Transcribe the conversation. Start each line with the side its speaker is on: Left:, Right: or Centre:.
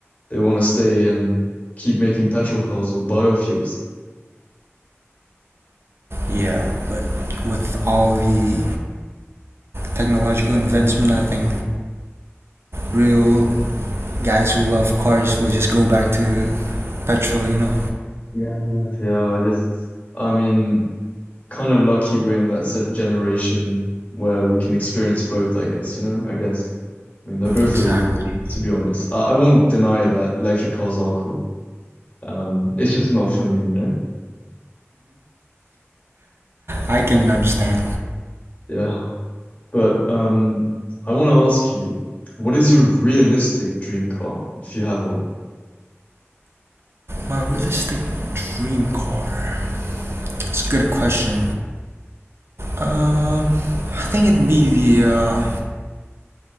Left: They want to stay and keep making petrol cars or biofuels.
Right: Yeah, but With all the technological advancement, I think real guys who love cars will just go back to petrol. You know,
Left: Yeah, yeah. I just, I mean, kind of lucky we're in that se- generation where we can experience both, I guess, you know, I guess. I mean, they're both
Right: exactly.
Left: really cool, to be honest. I, I won't deny that electric cars are cool. Um, it's just not for me, you know?
Right: I can understand.
Left: Yeah. But um, I want to ask you, what is your realistic dream car if you have one?
Right: My realistic dream car. It's a good question. Um, I think it'd be the uh,